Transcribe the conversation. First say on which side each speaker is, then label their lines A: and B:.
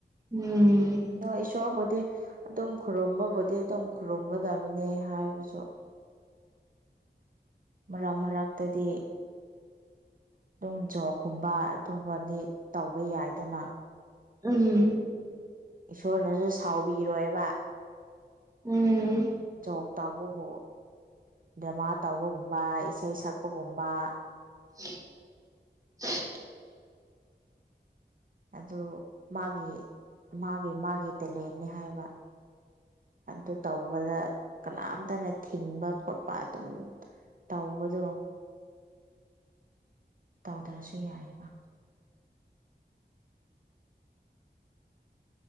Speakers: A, on the right; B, on the right.
A: ꯎꯝ
B: ꯑꯣ ꯏꯁꯣꯔꯕꯨꯗꯤ ꯑꯗꯨꯝ ꯈꯨꯔꯨꯝꯕꯕꯨꯗꯤ ꯑꯗꯨꯝ ꯈꯨꯔꯨꯝꯒꯗꯕꯅꯦ ꯍꯥꯏꯕꯁꯨ ꯃꯔꯛ ꯃꯔꯛꯇꯗꯤ ꯑꯗꯨꯝ ꯖꯣꯞꯀꯨꯝꯕ ꯑꯗꯨꯝꯕꯗꯤ ꯇꯧꯕ ꯌꯥꯏꯗꯅ
A: ꯎꯝ
B: ꯏꯁꯣꯔꯅꯁꯨ ꯁꯥꯎꯕꯤꯔꯣꯏꯕ
A: ꯎꯝ
B: ꯖꯣꯞ ꯇꯧꯕꯕꯨ ꯗ꯭ꯔꯃꯥ ꯇꯧꯕꯒꯨꯝꯕ ꯏꯁꯩ ꯁꯛꯄꯒꯨꯝꯕ
A: <inaudible>
B: ꯑꯗꯨ ꯃꯥꯒꯤ ꯃꯥꯒꯤ ꯃꯥꯒꯤ ꯇꯦꯂꯦꯟꯅꯦ ꯍꯥꯏꯕ ꯑꯗꯨ ꯇꯧꯕꯗ ꯀꯅꯥꯃꯇꯅ ꯊꯤꯡꯕ ꯈꯣꯠꯄ ꯑꯗꯨꯝ ꯇꯧꯕꯗꯣ ꯇꯧꯗ꯭ꯔꯁꯨ ꯌꯥꯏ ꯑꯕ